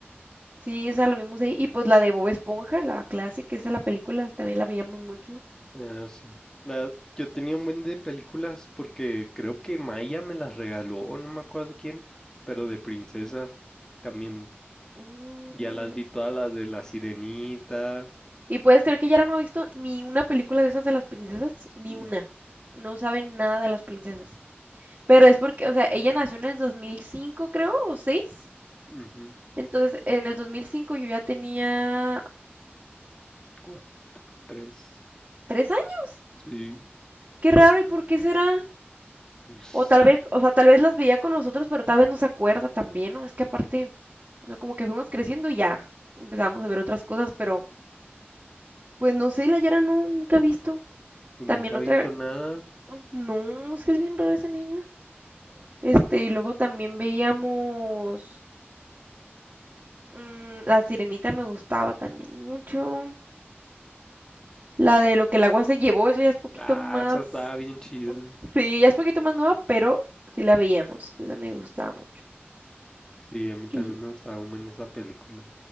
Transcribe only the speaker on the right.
Sí, esa la vimos ahí. Y pues la de Bob Esponja, la clásica, esa la película también la veíamos mucho.
Mm,
Y puedes creer que Yara no ha visto ni una película de esas de las princesas, ni
una. No sabe nada de las princesas. Pero es porque, o sea, ella nació en el 2005, creo, o seis
Entonces, en el 2005 yo ya tenía
3 años.
Qué raro, ¿y por qué será?
O tal vez, o sea, tal vez las veía con nosotros, pero tal vez no se acuerda también, ¿no? Es que aparte, o sea, como que fuimos creciendo y ya empezamos a ver otras cosas, pero pues no sé, la Yara no, nunca he visto.
También
otra,
no, es que es bien rara esa niña. Este, y luego también veíamos, mm, la Sirenita me gustaba también mucho. La de lo que el agua se llevó, esa ya es poquito
más,
sí, ya es poquito más nueva, pero sí la veíamos, esa me gustaba mucho.
Y